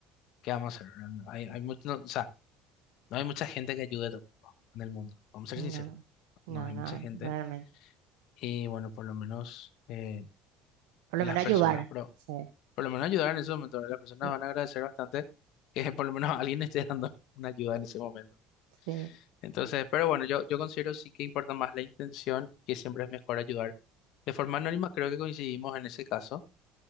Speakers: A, on the left; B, on the right.
A: ¿qué vamos a hacer? verdad? No Hay, hay mu- no, o sea, no hay mucha gente que ayude tampoco en el mundo. Vamos a
B: No,
A: ser sinceros,
B: no,
A: no hay
B: no,
A: mucha
B: eh,
A: gente.
B: realmente.
A: Y bueno, por lo menos eh,
B: Por
A: las
B: lo menos
A: personas,
B: ayudar.
A: pero
B: Sí,
A: por lo menos ayudar en ese momento, ¿verdad? Las personas
B: y-
A: van a agradecer bastante que por lo menos <laughs> alguien esté dando una ayuda en ese momento.
B: sí.
A: Entonces, pero bueno, yo, yo considero sí que importa más la intención, que siempre es mejor ayudar. De forma anónima creo que coincidimos en ese caso.